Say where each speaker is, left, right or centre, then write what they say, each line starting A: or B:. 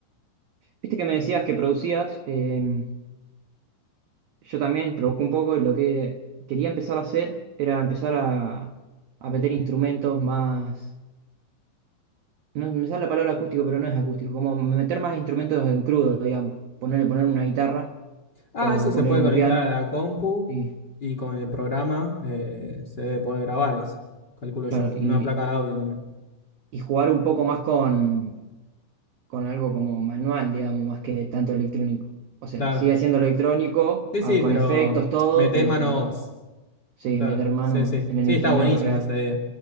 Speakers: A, on the right; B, on the left.
A: Viste que me decías que producías, em, yo también provoco un poco y lo que quería empezar a hacer era empezar a, a meter instrumentos más... No me sale la palabra acústico, pero no es acústico, como meter más instrumentos en crudo, digamos. Ponerle, poner una guitarra.
B: Ah,
A: o
B: eso se
A: poner
B: puede
A: un
B: conectar
A: piano,
B: a la compu
A: sí,
B: y con el programa eh, se debe poder grabar eso. Calculo
A: claro,
B: yo, con
A: y,
B: una placa de audio también.
A: y jugar un poco más con, con algo como manual, digamos, más que tanto electrónico. O sea,
B: Claro.
A: sigue siendo electrónico,
B: Sí,
A: ah,
B: sí,
A: con
B: pero
A: efectos, todo,
B: metés
A: pero
B: mano vos.
A: sí,
B: Claro.
A: meter mano
B: Sí, sí.
A: en el
B: Sí,
A: instrumento
B: está buenísimo
A: real.
B: esa idea.